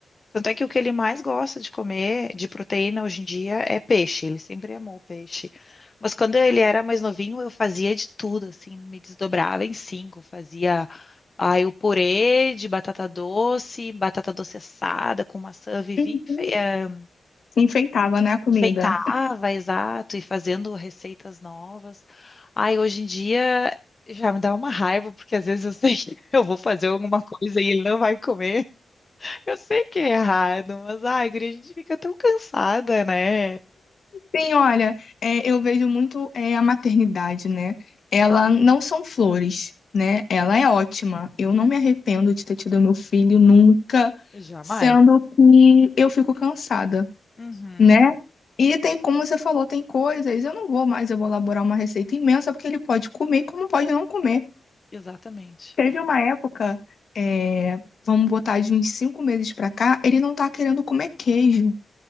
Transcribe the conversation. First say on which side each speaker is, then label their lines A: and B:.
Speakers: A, on the left (about 35°); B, on the left (about 65°).
A: Tanto é que o que ele mais gosta de comer de proteína hoje em dia é peixe. Ele sempre amou peixe. Mas quando ele era mais novinho, eu fazia de tudo, assim, me desdobrava em cinco. Fazia, aí o purê de batata doce, batata doce assada com maçã, vivia
B: uhum.
A: enfe- eh,
B: Enfeitava, né, a comida.
A: enfeitava, exato, e fazendo receitas novas. Ai hoje em dia já me dá uma raiva, porque às vezes eu sei que <laughs> eu vou fazer alguma coisa e ele não vai comer. Eu sei que é errado, mas ai, guria, a gente fica tão cansada, né?
B: Sim, olha, é, eu vejo muito é, a maternidade, né? Ela não são flores, né? Ela é ótima. Eu não me arrependo de ter tido meu filho nunca,
A: Jamais.
B: sendo que eu fico cansada.
A: Uhum,
B: né? E tem, como você falou, tem coisas, eu não vou mais elaborar uma receita imensa, porque ele pode comer, como pode não comer.
A: exatamente.
B: Teve uma época, é, vamos botar de uns cinco meses pra cá, ele não tá querendo comer queijo.